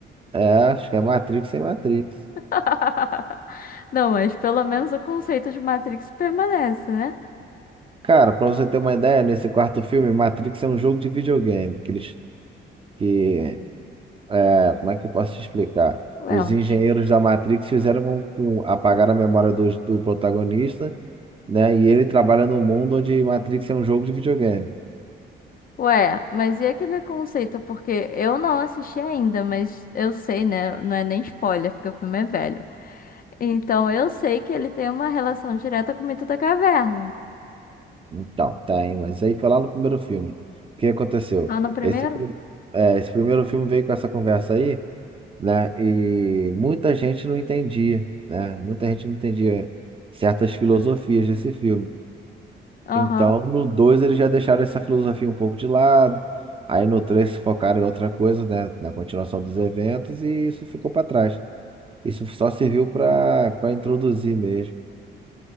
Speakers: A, on the right (about 25°); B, on the left (about 45°).
A: É, acho que é Matrix sem Matrix.
B: <laughs> Não, mas pelo menos o conceito de Matrix permanece, né?
A: Cara, pra você ter uma ideia, nesse quarto filme, Matrix é um jogo de videogame, que eles, que, é, como é que eu posso te explicar? Os
B: É um
A: engenheiros da Matrix fizeram com que o- apagar a memória do, do protagonista né? E ele trabalha num mundo onde Matrix é um jogo de videogame.
B: Ué, mas e aquele conceito? Porque eu não assisti ainda, mas eu sei, né? Não é nem spoiler, porque o filme é velho. Então eu sei que ele tem uma relação direta com o mito da caverna.
A: Então, tá, hein? Mas aí foi lá no primeiro filme. O que aconteceu?
B: Só no primeiro?
A: Esse, prim- é, esse primeiro filme veio com essa conversa aí, né? E muita gente não entendia, né? Muita gente não entendia certas filosofias desse filme.
B: Aham.
A: Então, no 2 eles já deixaram essa filosofia um pouco de lado. Aí no 3 se focaram em outra coisa, né? Na continuação dos eventos, e isso ficou para trás. Isso só serviu para para introduzir mesmo.